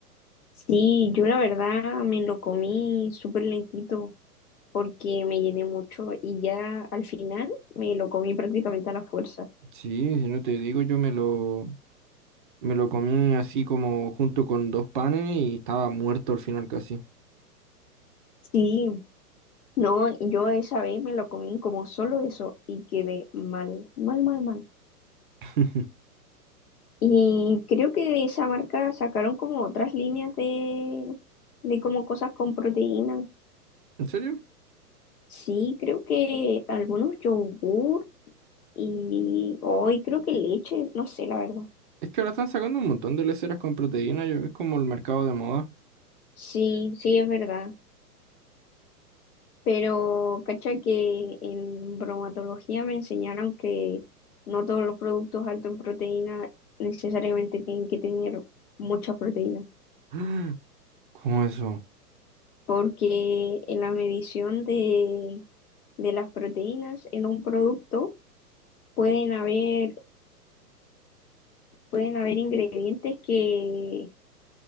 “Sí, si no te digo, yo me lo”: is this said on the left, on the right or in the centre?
Right